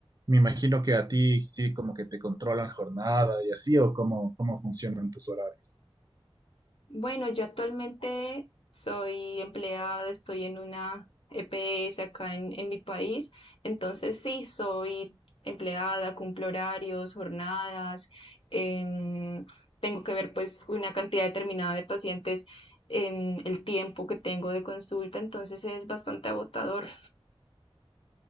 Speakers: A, on the right; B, on the left.
A: Me imagino que a ti sí como que te controlan jornada y así o cómo, cómo funcionan tus horarios.
B: Bueno, yo actualmente soy empleada, estoy en una EPS acá en, en mi país, entonces sí, soy empleada, cumplo horarios, jornadas, em, tengo que ver pues una cantidad determinada de pacientes, em, el tiempo que tengo de consulta, entonces es bastante agotador.